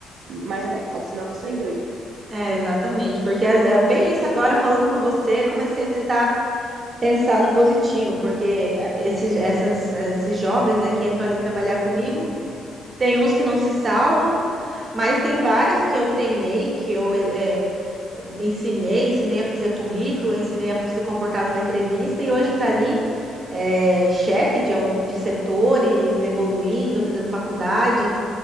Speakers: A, on the right (about 70°); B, on the right (about 35°).
A: mais adequado, senão a pessoa é doida.
B: é, exatamente, porque é é bem isso agora falando com você, comecei a tentar pensar no positivo, porque é, esses, essas, esses jovens, né, que entram ali trabalhar comigo, tem uns que não se salvam, mas tem vários que eu treinei, que eu é, é, ensinei, ensinei a fazer currículo, ensinei a se comportar numa entrevista e hoje está ali é, chefe de, al- de setores, evoluindo, fazendo faculdade.